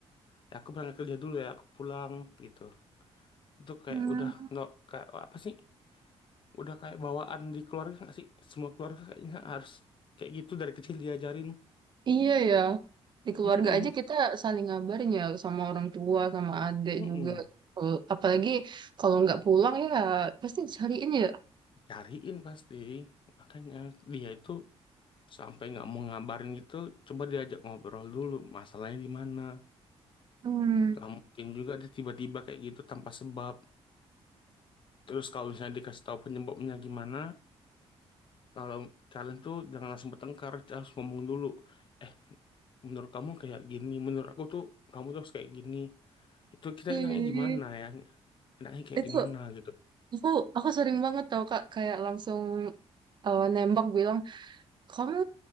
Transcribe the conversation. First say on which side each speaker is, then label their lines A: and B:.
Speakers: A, on the left; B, on the right.
A: ya aku berangkat kerja dulu ya aku pulang gitu itu kayak
B: Hmm.
A: udah nggak kayak apa sih udah kayak bawaan di keluarga nggak sih semua keluarga kayaknya harus kayak gitu dari kecil diajarin
B: Iya ya. Di keluarga
A: Mm-mm,
B: aja kita saling ngabarin ya sama orang tua sama adik
A: mm-mm.
B: juga. Eh, Apalagi kalau nggak pulang ya pasti dicariin ya.
A: cariin pasti makanya dia itu sampai nggak mau ngabarin gitu coba diajak ngobrol dulu masalahnya di mana
B: Hmm.
A: Gak mungkin juga dia tiba-tiba kayak gitu tanpa sebab. Terus kalau misalnya dikasih tahu penyebabnya gimana, kalau kalian tuh jangan langsung bertengkar, harus ngomong dulu. Eh, menurut kamu kayak gini, menurut aku tuh kamu tuh harus kayak gini. Itu kita
B: Ih,
A: enaknya gimana ya? Enaknya kayak
B: itu
A: gimana gitu.
B: aku aku sering banget tau Kak kayak langsung eh, nembak bilang kamu